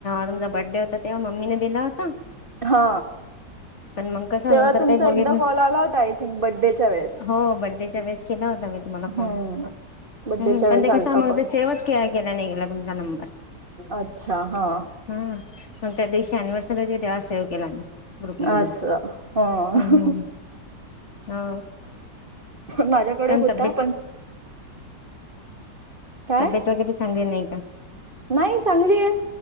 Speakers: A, on the left (about 45°); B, on the right (about 35°).
A: तुमचा बर्थडे होता तेव्हा मम्मीनेे दिला होता.
B: हा,
A: पण मग कसं
B: तेव्हा
A: नंतर
B: तुमचा
A: काही बघित
B: एकदा
A: नस
B: फॉल आला होता आय थिंक बड्डेच्या वेळे
A: हो बड्डेच्या वेळेस केला होता मी तुम्हाला फोन.
B: हम्म बड्डेच्या
A: हम
B: वेळेस
A: पण ते
B: आलता
A: कसं मग
B: कॉल.
A: ते सेवच केला नाही गेला तुमचा नंबर.
B: अच्छा हा
A: हम मग त्या दिवशी एनिवर्सरी होती, तेव्हा सेव केला मी. ग्रुप मधून
B: असं हा.
A: हम्म हो
B: माझ्याकडे
A: कारण
B: होता
A: तब्येत
B: पण काय
A: तब्येत वगैरे चांगली नाही का?
B: नाही चांगली आहे,